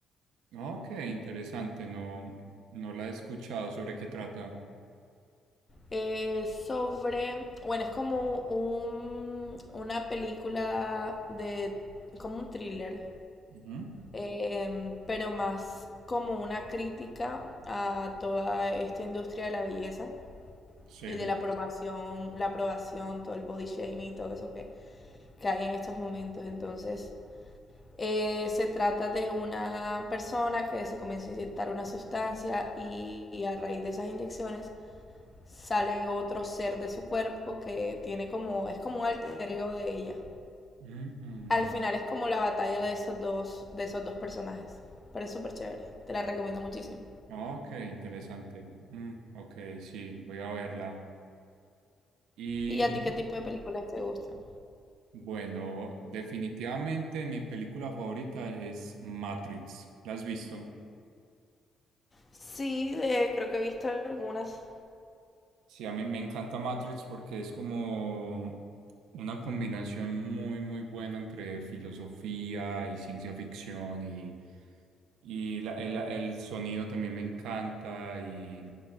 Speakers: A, on the right; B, on the left.
A: Ok, interesante, no, no la he escuchado. ¿Sobre qué trata?
B: Eh, sobre. Bueno, es como un, una película de. como un thriller.
A: Ujú.
B: eh, pero más como una crítica a toda esta industria de la belleza
A: Sí.
B: y de la aprobación, la aprobación, todo el body shaming, todo eso que, que hay en estos momentos. Entonces, Eh, se trata de una persona que se comienza a inyectar una sustancia y, y a raíz de esas inyecciones sale otro ser de su cuerpo que tiene como es como un alter ego de ella.
A: Mm, mm,
B: Al
A: ok,
B: final es como la batalla de esos dos de esos dos personajes, pero es súper chévere. Te la recomiendo muchísimo.
A: Ok, interesante. Mm, ok, sí, voy a verla. Y
B: ¿Y a ti qué tipo de películas te gustan?
A: Bueno, definitivamente mi película favorita es Matrix. ¿La has visto?
B: Sí, eh, creo que he visto algunas.
A: Sí, a mí me encanta Matrix porque es como una combinación muy, muy buena entre filosofía y ciencia ficción y, y la- el, el sonido también me encanta y